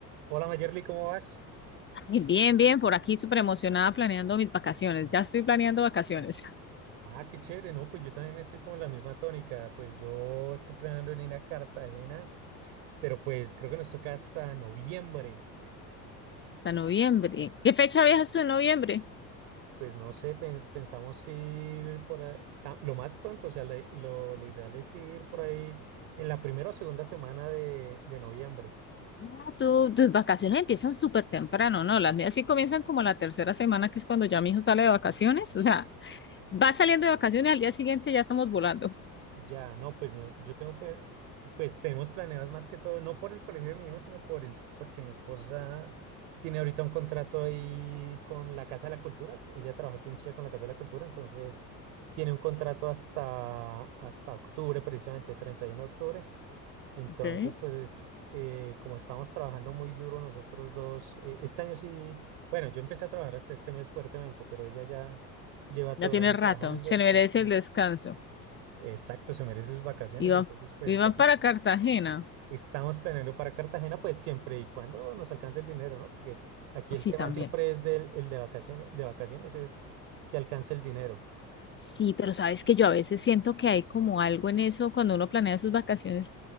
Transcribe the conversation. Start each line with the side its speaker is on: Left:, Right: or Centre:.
Right: Hola Mayerly, ¿cómo vas?
Left: Ay, Bien, bien, por aquí súper emocionada planeando mis vacaciones. Ya estoy planeando vacaciones <laughs>
Right: Ah, qué chévere, no, pues yo también estoy como en la misma tónica, pues yo estoy planeando en ir a Cartagena, pero pues creo que nos toca hasta noviembre,
Left: hasta noviembre. ¿Qué fecha viajas tú en noviembre?
Right: pues no sé, pens- pensamos ir por a- ta- lo más pronto, o sea, la- lo, lo ideal es ir por ahí en la primera o segunda semana de, de noviembre.
Left: Ah, tú- tus vacaciones empiezan súper temprano, ¿no? Las mías sí comienzan como la tercera semana, que es cuando ya mi hijo sale de vacaciones. O sea, va saliendo de vacaciones, al día siguiente ya estamos volando.
Right: Ya, no, pues no, yo tengo, pe- pues, tenemos planeadas más que todo, no por el colegio de mi hijo, sino por el, porque mi esposa tiene ahorita un contrato ahí con la Casa de la Cultura. s- Ella trabaja aquí en Chile con la Casa de la Cultura, entonces tiene un contrato hasta, hasta octubre, precisamente 31 de octubre. Entonces,
Left: Okay.
Right: pues eh, como estamos trabajando muy duro nosotros dos, eh, este año sí, bueno, yo empecé a trabajar hasta este mes fuertemente, pero ella ya lleva todo
Left: Ya tiene
Right: el año
Left: rato,
Right: trabajando,
Left: se
Right: entonces...
Left: merece el descanso.
Right: Exacto, se merece sus vacaciones,
Left: Iban,
Right: entonces pues
Left: iban
Right: va-
Left: para
Right: es-
Left: Cartagena.
Right: estamos planeando para Cartagena pues siempre y cuando nos alcance el dinero, ¿no? Porque aquí el
Left: Sí,
Right: tema
Left: también.
Right: siempre es del el de vacaciones, de vacaciones es que alcance el dinero.
Left: Sí, pero sabes que yo a veces siento que hay como algo en eso cuando uno planea sus vacaciones.